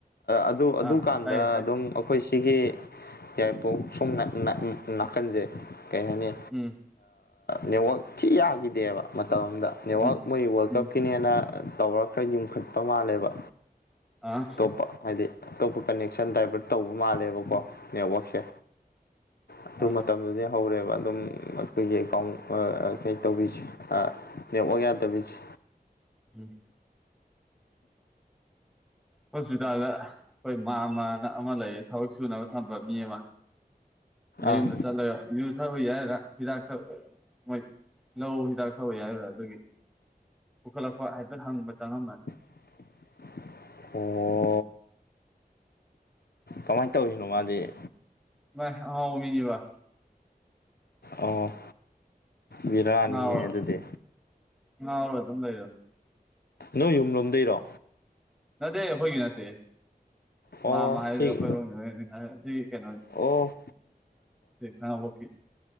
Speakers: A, on the left (about 80°); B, in the centre.
A: ꯑꯗꯨ ꯑꯗꯨꯀꯥꯟꯗ
B: ꯑꯥ ꯇꯥꯏꯌꯦ ꯇꯥꯏꯌꯦ
A: ꯑꯗꯨꯝ ꯑꯩꯈꯣꯏ ꯁꯤꯒꯤ ꯌꯥꯏꯔꯤꯄꯣꯛ ꯁꯨꯝ ꯅꯥꯀꯟꯁꯦ ꯀꯩ ꯍꯥꯏꯅꯤ
B: ꯎꯝ
A: ꯅꯦꯠꯋꯥꯛ ꯊꯤ ꯌꯥꯈꯤꯗꯦꯕ ꯃꯇꯝ ꯑꯃꯗ ꯅꯦꯠꯋꯥꯛ
B: ꯎꯝ
A: ꯃꯣꯏ ꯋꯥꯔꯜ
B: ꯎꯝ
A: ꯀꯞꯀꯤꯅꯦꯅ ꯇꯧꯔꯒ ꯈꯔ ꯌꯨꯝꯈꯠꯄ ꯃꯥꯜꯂꯦꯕ
B: ꯑꯥ
A: ꯑꯇꯣꯞꯄ ꯍꯥꯏꯗꯤ ꯑꯇꯣꯞꯄ ꯀꯅꯦꯛꯁꯟ ꯗꯥꯏꯚꯔꯠ ꯇꯧꯕ ꯃꯥꯜꯂꯦꯕꯀꯣ ꯅꯦꯠꯋꯛꯁꯦ ꯑꯗꯨ
B: ꯑꯥ
A: ꯃꯇꯝꯗꯨꯗꯤ ꯍꯧꯔꯦꯕ ꯑꯗꯨꯝ ꯑꯩꯈꯣꯏꯒꯤ ꯑꯦꯀꯥꯎꯟ ꯀꯩ ꯇꯧꯕꯤꯁꯦ ꯅꯦꯋꯥꯛ ꯌꯥꯗꯕꯤꯁꯦ
B: ꯎꯝ ꯍꯣꯁꯄꯤꯇꯥꯜꯗ ꯑꯩꯈꯣꯏ ꯃꯥꯝꯃꯥꯅ ꯑꯃ ꯂꯩꯌꯦ ꯊꯕꯛ ꯁꯨꯅꯕ ꯊꯝꯕ ꯃꯤ ꯑꯃ ꯃꯌꯨꯝꯗ
A: ꯑꯥ
B: ꯆꯠꯂꯒ ꯌꯨ ꯊꯛꯏ ꯌꯥꯏꯔꯒ ꯍꯤꯗꯥꯛ ꯊꯛ ꯃꯣꯏ ꯂꯧ ꯍꯤꯗꯥꯛ ꯊꯛ ꯎꯏ ꯍꯥꯏꯕ꯭ꯔꯥ ꯑꯗꯨꯒꯤ ꯄꯨꯈꯠꯂꯛꯄ ꯍꯥꯏꯐꯦꯠ ꯍꯪꯕ ꯆꯪꯉꯝꯕ
A: <unintelligible> ꯑꯣ ꯀꯃꯥꯏ ꯇꯧꯔꯤꯅꯣ ꯃꯥꯗꯤ
B: ꯚꯥꯏ ꯑꯉꯥꯎꯕ ꯃꯤꯅꯤꯕ
A: ꯑꯣ ꯕ‌ꯦꯔꯅꯤꯍꯦ
B: ꯉꯥꯎꯔ
A: ꯑꯗꯨꯗꯤ
B: ꯉꯥꯎꯔ ꯑꯗꯨꯝ ꯂꯩꯔꯝ
A: ꯅꯣꯏ ꯌꯨꯝ ꯂꯣꯝꯗꯩꯔꯣ
B: ꯅꯠꯇꯦ ꯑꯩꯈꯣꯏꯒꯤ ꯅꯠꯇꯦꯍ‌ꯦ
A: ꯑꯣ
B: ꯃꯥꯝꯃꯥ ꯍꯥꯏꯔ
A: ꯁꯤ
B: ꯑꯩꯈꯣꯏꯔꯣꯝꯒꯤ ꯍꯥꯏ ꯁꯤ ꯀꯩꯅꯣ
A: ꯑꯣ
B: ꯈꯥꯡꯉꯕ‌ꯣꯛꯀꯤ